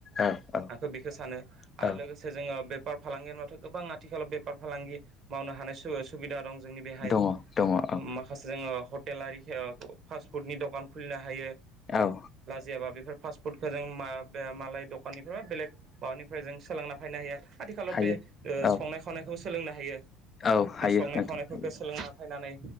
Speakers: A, on the left; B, on the right.
A: औ औ
B: आंथ' बेखौ सानो
A: औ
B: आरो लोगोसे जोङो बे फार फालांगि होनबाथ' गोबां आथिखालाव बेफार फालांगि मावनो हानाय सु-सुबिदा दं। जोंनि बेहाय
A: दङ दङ औ
B: माखासे जोङो हटेल आरि ओ फास्ट फुडनि दखान खुलिनो हायो। लाजियाबा
A: औ
B: बेफोर फास्टफुडखौ जों मा-मालाय द'खाननि नो बेलेग माबानिफ्राय जों सोलोंना फैनो हायो आथिखालाव
A: हायो
B: बे ओ
A: औ
B: संनाय खावनायखौ सोलोंनो हायो।
A: औ
B: बे
A: हायो
B: संनाय
A: नोंथां
B: खावनायफोरखौ
A: हायो
B: सोलोंना फैनानै